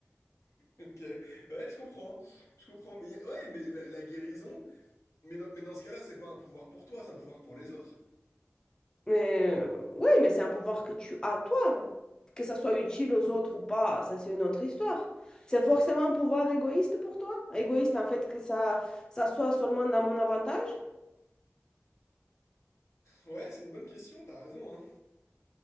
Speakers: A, on the left; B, on the left.
A: Ok, ouais, je comprends, je comprends, mais y a- ouais, mais la, la guérison, mais dans, mais dans ce cas-là, c'est pas un pouvoir pour toi, c'est un pouvoir pour les autres.
B: Mais euh, oui, mais c'est un pouvoir que tu as, toi. Que ça soit utile aux autres ou pas, ça c'est une autre histoire. C'est forcément un pouvoir égoïste pour toi? Égoïste, en fait, que ça, ça soit seulement dans mon avantage?
A: Ouais, c'est une bonne question, t'as raison, hein.